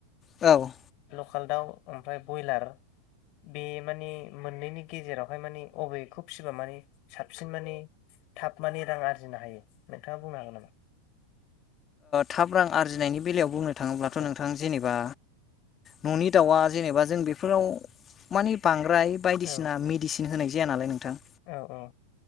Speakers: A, on the left (about 25°); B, on the left (about 40°).
A: औ
B: लकेल दाउ ओमफ्राय ब्रयलार बे माने मोननैनि गेजेरावहाय माने अबेखौ फिसिबा माने साबसिन माने थाब माने रां आरजिनो हायो नोंथाङा बुंनो हागोन नामा?
A: थाब रां आरजिनायनि बेलायाव बुंनो थाङोब्लाथ'
B: औ
A: नोंथा थां जेनेबा न'नि दाउआ जेनेबा जों बेफोराव मानि बांद्राय बायदिसिना
B: औ
A: मेडिसिन होनाय जाया नालाय नोंथां
B: औ औ